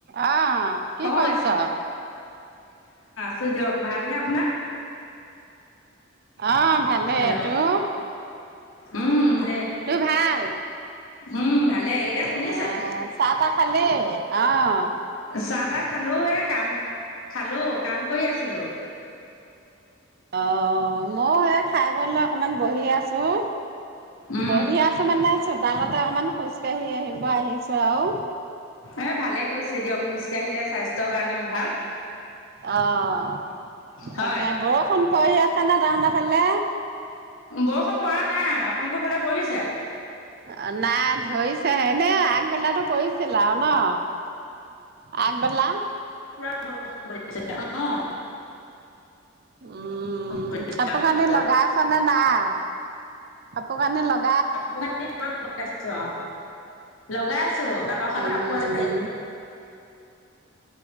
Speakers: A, on the right; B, on the left.
A: আহ কি
B: অ
A: কৰিছ।
B: চই দিয়ক ভালনে আপোনাৰ।
A: অহ। ভালে
B: হেল্ল'
A: তোৰ
B: উম ভালে
A: তোৰ ভাল। <unintelligible>
B: উম ভাল। ভালে এতিয়া শুনিছা
A: আহ চাহ তাহ খালি আহ
B: চাহ তাহ খালো এ কাম খালো কাম কৰি আছিলো।
A: অ ময়ো এই খাই বলৈ অকণমান বহি আছোঁ
B: উম
A: বহি আছোঁ মানে চোতালতে অকণমান খোজকাঢ়ি আহিব আহিছোঁ আৰু।
B: এ ভালে কৈছে দিয়ক খোজ কাঢ়িলে স্বাস্থ্যৰ কাৰণেও ভাল।
A: অঁ তাকে,
B: হয়
A: বৰষুণ হৈ আছে নহয় তাহাঁতৰ ফালে।
B: বৰষুণ পৰা নাই আপোনালোকৰ ফালে পৰিছে?
A: অঁ নাই ধৰিছেহে, এনেই আ আগবেলাটো কৰিছিল আৰু ন? আগবেলা।
B: <unintelligible> অঁ
A: উম
B: পৰিছে
A: কাপোৰ
B: আগবেলা
A: কানি লগাই আছনে নাই? পোৰ কানি লগ
B: কাপোৰ কানি ঘৰত বয় আছোঁ আৰু। লগাই আ ছো, তাঁতৰ শালত
A: উম
B: কাপোৰ